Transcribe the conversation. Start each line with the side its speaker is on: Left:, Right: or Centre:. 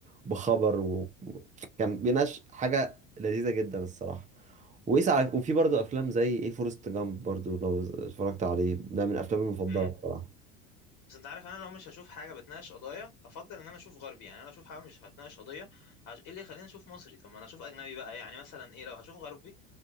Right: وبخبر و... و- كان بيناقش حاجه لذيذه جدا الصراحه ويسعى وفي برضه افلام زي ايه فورست جامب برضه لو اتفرجت عليه ده من افلامي المفضله
Left: امم
Right: بصراحه
Left: بس انت عارف انا لو مش هشوف حاجه بتناقش قضايا افضل ان انا اشوف غربي يعني انا اشوف حاجه مش هتناقش قضيه عش... ايه اللي يخليني اشوف مصري طب ما انا اشوف اجنبي بقى يعني مثلا ايه لو هشوف غربي